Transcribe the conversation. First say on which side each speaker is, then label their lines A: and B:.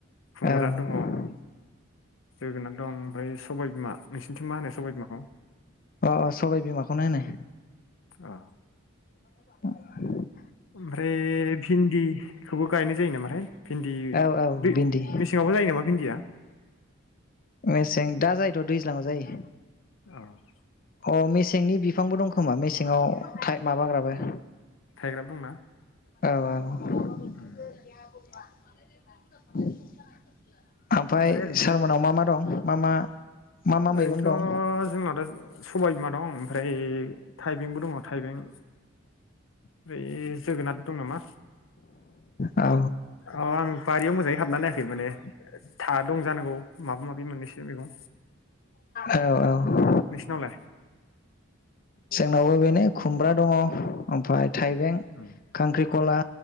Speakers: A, on the left; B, on the left.
A: खुमब्रा
B: औ अ
A: दङ। जोगोनाद दं ओमफाय सबाय बिमा नोंसिनिथिं मा होनो सबाय बिमाखौ
B: अ अ सबाइ बिमाखौनो होनो।
A: अ
B: <inaudible>
A: ओमफ्राय भिन्दि खौबो गायनाय जायो नामाथाय? भिन्दि
B: औ औ
A: दै
B: भिन्दि
A: मेसेङावबो जायो नामा भिन्दिया
B: मेसें दा जायोथ दैज्लाङाव जायो ।
A: औ ।
B: अ मेसेंनि बिफांबो दं खोमा मेसेंआव थाइ माबाग्राबो
A: थाइग्राबो दंना।
B: औ औ ।
A: उम।
B: <unintelligible> ओमफाय
A: ओमफ्राय ओरैनो
B: सारमोननाव मा मा दं? मा मा मा मा
A: ओरैनोथ
B: मैगं दं
A: जोंनाथ सबाय बिमा दं । ओमफ्राय थाइबेंबो दङ थाइबें <unintelligible> जोगोनार दं नामा?
B: औ
A: अ आं बारियाव मोजाङै हाबना नायाखै माने था दं जानांगौ माबा माबि मोनैसो मेगं
B: औ औ।
A: नोंसिनावलाय?
B: जोंनावबो बेनो खुमब्रा दङ ओमफाय थाइबें
A: उम
B: खांख्रिखला